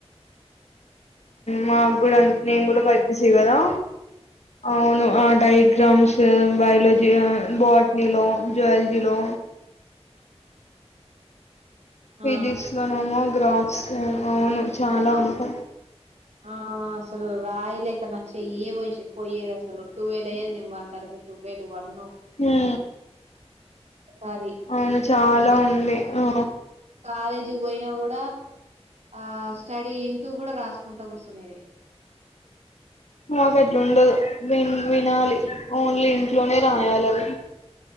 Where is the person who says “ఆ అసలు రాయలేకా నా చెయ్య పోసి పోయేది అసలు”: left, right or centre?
Right